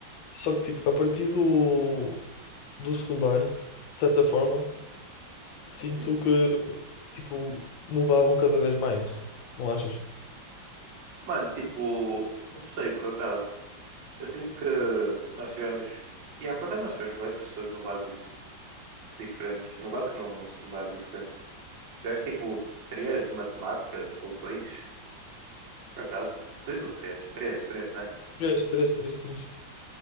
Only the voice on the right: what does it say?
Hum.
Mano, tipo, não sei por acaso. Eu sinto que nós tivemos. e Yeah, por acaso nós tivemos bué professores no básico, tipo, diferentes. No básico não, no secundário diferentes. Tivemos tipo três de matemática, ou dois, Por acaso, dois ou três? Três, três, né?